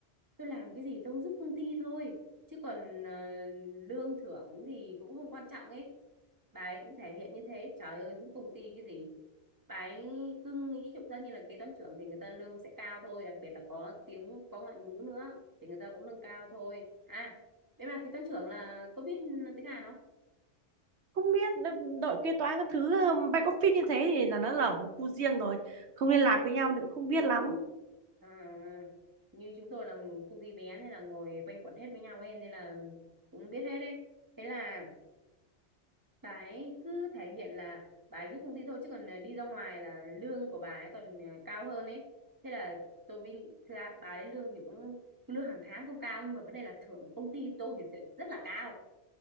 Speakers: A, on the right (about 15°); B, on the right (about 70°).
A: tôi làm cái gì tôi cũng giúp công ty thôi chứ còn ờ, lương thưởng thì cũng không quan trọng ấy bà ấy cũng thể hiện như thế trời ơi giúp công ty cái gì bà ấy cứ nghĩ chúng ta như là kế toán trưởng thì người ta lương sẽ cao thôi đặc biệt là có tiếng có ngoại ngữ nữa thì người ta cũng lương cao thôi à đấy bà kế toán trưởng là có biết tiếng Hàn không
B: Không biết đội kế toán các thứ um, back office như thế thì là nó là một khu riêng rồi. Không liên lạc với nhau nữa cũng không biết lắm.
A: à, như chúng tôi là công ty bé nên là ngồi quanh quẩn hết với nhau ấy nên là cũng biết hết đấy thế là bà ấy cứ thể hiện là bà ấy giúp công ty thôi chứ còn ờ, đi ra ngoài là lương của bà ấy còn ờ, cao hơn ấy thế là tôi vinh thực ra bà ấy lương thì cũng lương hàng tháng không cao nhưng mà vấn đề là thưởng của công ty tôi thì rất, rất là cao